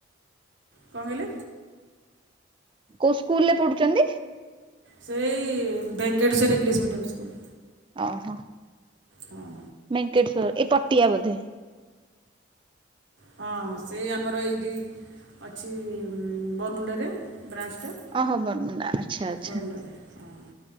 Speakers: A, on the right (about 65°); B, on the right (about 25°).
A: କଣ କହିଲେ?
B: କୋଉ ସ୍କୁଲରେ ପଢୁଚନ୍ତି?
A: ସେଇ ଭେଙ୍କଟେଶ୍ୱରୀ ଇଂଲିଶ ମିଡିୟମ ସ୍କୁଲ।
B: ଓହୋ
A: ହଁ।
B: ଭେଙ୍କେଟେଶ୍ୱର ଏଇ ପଟିଆ ବୋଧେ।
A: ହଁ ସେଇ ଆମର ଏଇଠି ଅଛି ବରମୁଣ୍ଡାରେ। ବ୍ରାଞ୍ଚଟା
B: ଓହୋ ବରମୁଣ୍ଡା ଆଚ୍ଛା ଆଚ୍ଛା
A: ବରମୁଣ୍ଡାରେ ହଁ।